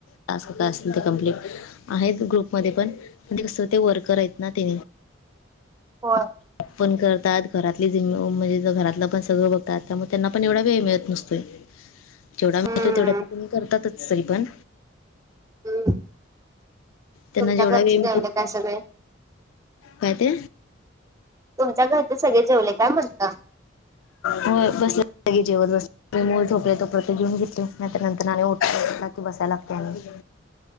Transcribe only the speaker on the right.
होय.
हम्म
हम,
तुमचा
घरचे
जेवले काय सगळे?
तुमच्या घरचे सगळे जेवले का म्हणत